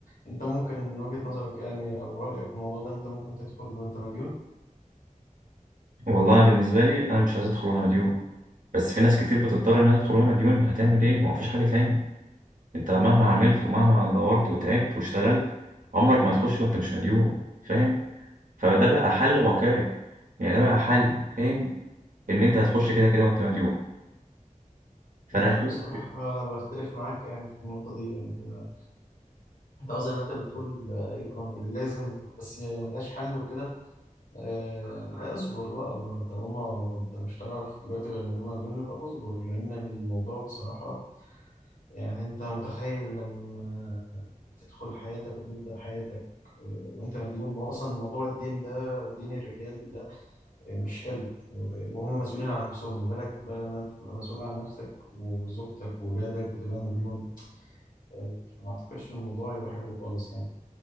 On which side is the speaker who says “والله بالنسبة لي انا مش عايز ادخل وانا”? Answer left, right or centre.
Right